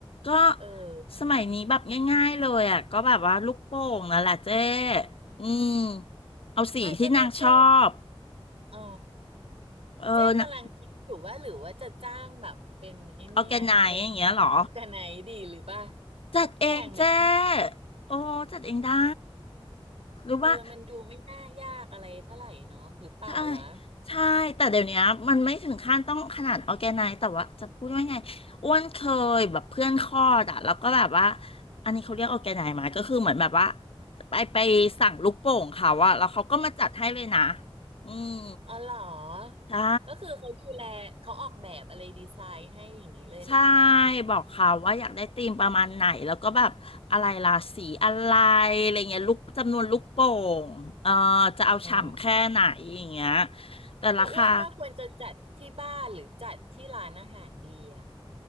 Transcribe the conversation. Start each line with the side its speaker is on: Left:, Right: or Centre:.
Left: ก็
Right: เออ
Left: สมัยนี้แบบง่ายๆเลยอ่ะก็แบบว่าลูกโป่งนั่นแหละเจ๊อืมเอาสีที่นางชอบ
Right: ไม่ก็เนี่ยเจ๊อ๋อ
Left: เออนะ
Right: เจ๊กำลังคิดอยู่ว่าหรือว่าจะจ้างแบบเป็นไอ้เนี่ยเป็น
Left: ออร์แกไนซ์อย่างเงี้ยเหรอ
Right: ออร์แกไนดีหรือป่ะ
Left: จัดเองเจ๊
Right: ก็แพงไปเนาะ
Left: โอ้จัดเองได้หรือว่า
Right: เออมันดูไม่น่ายากอะไรเท่าไหร่เนาะหรือเปล่าวะ
Left: ใช่ใช่แต่เดี๋ยวเนี้ยมันไม่ถึงขั้นต้องขนาดออร์แกไนซ์แต่ว่าจะพูดว่าไงอ้วนเคยแบบเพื่อนคลอดอะแล้วก็แบบว่าอันนี้เขาเรียกออร์แกไนซ์ไหมก็คือเหมือนแบบว่าไปไปสั่งลูกโป่งเขาอะแล้วเขาก็มาจัดให้เลยนะอืม
Right: อ๋อเหรอ
Left: ใช่
Right: ก็คือเขาดูแลเขาออกแบบอะไรดีไซน์ให้อย่างนี้เลยเหรอ
Left: ใช่บอกเขาว่าอยากได้ธีมประมาณไหนแล้วก็แบบอะไรราศีอะไรอะไรเงี้ยลูกจำนวนลูกโป่งเอ่อจะเอาฉ่ำแค่ไหนอย่างเงี้ย
Right: อ๋อ
Left: แต่ราคา
Right: แล้วอ้วนว่าควรจะจัดที่บ้านหรือจัดที่ร้านอาหารดีอะ